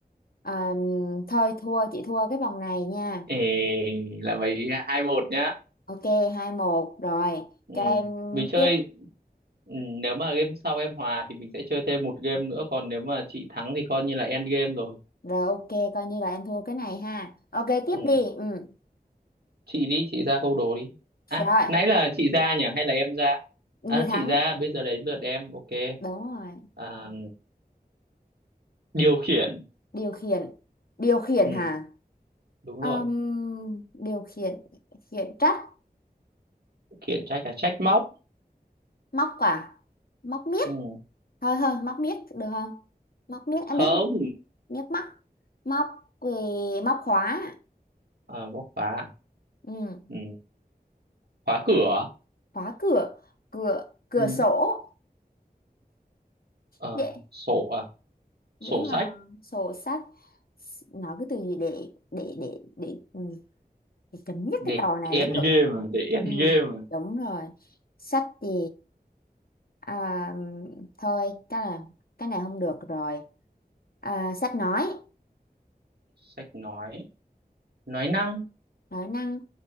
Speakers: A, on the left (about 65°); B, on the right (about 80°).
A: Ờm, thôi thua chị thua cái vòng này nha
B: Ê, là mấy hai một nhá
A: ok hai một rồi
B: ừ.
A: cho em
B: mình chơi
A: tiếp
B: ừ. nếu mà game sau em hòa thì mình sẽ chơi thêm một game nữa còn nếu mà chị thắng thì coi như là end game rồi
A: rồi ok coi như là em thua cái này ha ok tiếp
B: ừ.
A: đi ừ
B: chị đi chị ra câu đố đi à
A: rồi
B: nãy là chị ra nhỉ hay là em ra
A: người
B: à
A: thắng
B: chị ra bây giờ đến lượt em ok
A: đúng rồi
B: à, điều khiển
A: điều khiển điều khiển
B: ừ.
A: hả
B: đúng
A: Ừm,
B: rồi
A: điều khiển khiển trách
B: khiển trách là trách móc
A: móc quả móc miếc
B: ừ.
A: thôi thôi móc miếc được không móc miếc em
B: không
A: biết mà. miếc móc móc về móc khóa
B: Ờ, bóc khóa à?
A: Ừm,
B: ừ, khóa cửa
A: khóa cửa cửa cửa
B: ừ.
A: sổ
B: ờ,
A: dễ
B: sổ à?
A: dễ
B: sổ
A: mà
B: sách
A: sổ sách nói cái từ gì để để để để ừ, Thì chấm dứt
B: để
A: cái trò này
B: end
A: mới được
B: game à? để end
A: ừ,
B: game à?
A: đúng rồi sách gì à, thôi chắc là cái này không được rồi à, sách nói
B: sách nói nói năng
A: nói năng